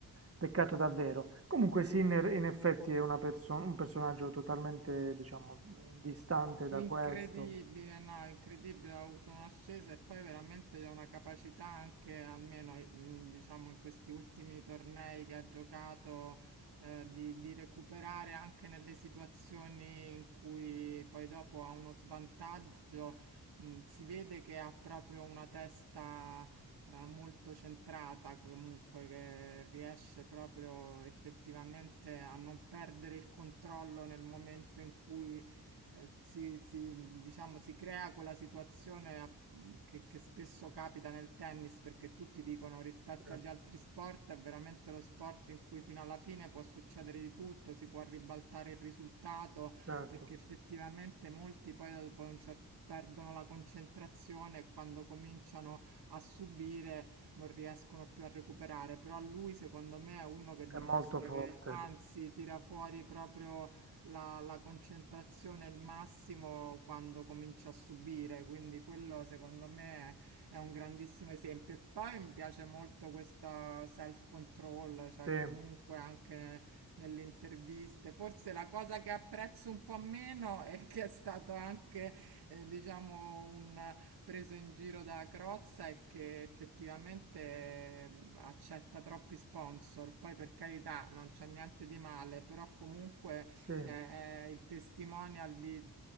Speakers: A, on the right; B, on the right.
A: peccato
B: Sì,
A: davvero. Comunque Sinner
B: sì.
A: in effetti è una perso- un personaggio totalmente, diciamo, mh, distante da
B: Incredibile,
A: questo.
B: no, incredibile, ha avuto un'ascesa e poi veramente ha una capacità anche, almeno eh, mh, diciamo in questi ultimi tornei che ha giocato, eh, di, di recuperare anche nelle situazioni in cui poi dopo ha uno svantaggio. mh, si vede che ha proprio una testa, eh, molto centrata, comunque che riesce proprio effettivamente a non perdere il controllo nel momento in cui eh, si, si- diciamo, si crea quella situazione a- mm, che, che spesso capita nel tennis perché tutti dicono rispetto
A: Sì,
B: agli altri sport è veramente lo sport in cui fino alla fine può succedere di tutto, si può ribaltare il risultato
A: certo,
B: perché effettivamente molti poi dopo un cer- perdono la concentrazione e quando cominciano a subire non riescono più a recuperare, però lui secondo me è uno che
A: è
B: dimostra
A: molto forte.
B: che anzi tira fuori proprio la, la concentrazione è il massimo quando comincia a subire, quindi quello secondo me è, è un grandissimo esempio. E poi mi piace molto questo self-control, cioè
A: Sì, eh,
B: comunque anche nelle interviste. Forse la cosa che apprezzo un po' meno è che è stato anche, eh, diciamo, un preso in giro da Crozza è che effettivamente eh, accetta troppi sponsor. Poi per carità non c'è niente di male, però comunque
A: sì.
B: è, è il testimonial di